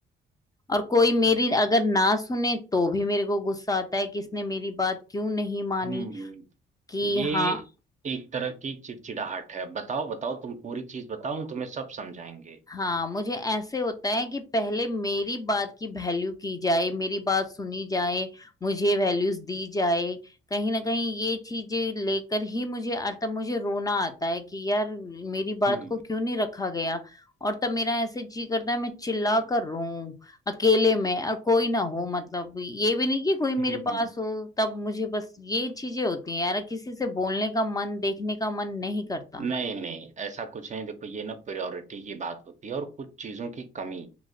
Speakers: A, on the left (about 20°); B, on the right (about 35°).
A: और कोई मेरी अगर ना सुने तो भी मेरे को गुस्सा आता है कि इसने मेरी बात क्यों नहीं मानी
B: हम्म
A: कि
B: ये
A: हाँ
B: एक तरह की चिड़चिड़ाहट है बताओ बताओ तुम पूरी चीज बताओ हम तुम्हें सब समझाएंगे
A: हाँ मुझे ऐसे होता है कि पहले मेरी बात की वैल्यू की जाए मेरी बात सुनी जाए मुझे वैल्यूज दी जाए कहीं ना कहीं ये चीजें लेकर ही मुझे अर्थात मुझे रोना आता है कि यार मेरी बात
B: हम्म
A: को क्यों नहीं रखा गया और तब मेरा ऐसे जी करता है मैं चिल्ला कर रोऊं अकेले में और कोई ना हो मतलब ये भी नहीं कि कोई मेरे
B: हम्म
A: पास हो तब मुझे बस ये चीजें होती हैं यार किसी से बोलने का मन देखने का मन नहीं करता
B: नहीं नहीं ऐसा कुछ नहीं देखो ये ना प्रायोरिटी की बात होती है और कुछ चीजों की कमी